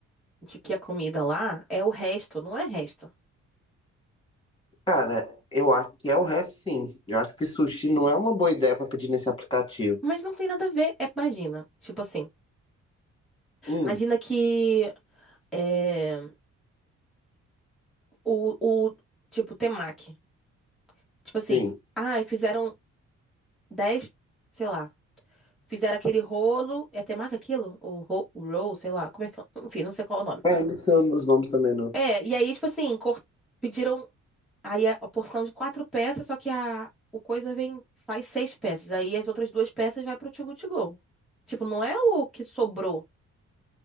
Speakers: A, in the centre; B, on the left.
A: de que a comida lá é o resto, não é resto.
B: Cara, eu acho que é o resto sim. Eu acho que sushi não é uma boa ideia pra pedir nesse aplicativo.
A: Mas não tem nada a ver. É, imagina, tipo assim,
B: Hum,
A: imagina que é, o, o tipo temaki, tipo assim,
B: sim.
A: ai, fizeram 10, sei lá, fizeram aquele rolo, é temaki aquilo? O ro, o roll, sei lá, como é que, enfim, não sei qual é o nome.
B: É, não sei os nomes também não.
A: É, e aí tipo assim, cor- pediram Aí é a porção de quatro peças, só que a, o coisa vem, faz seis peças. Aí as outras duas peças vai pro to go to go. Tipo, não é o que sobrou.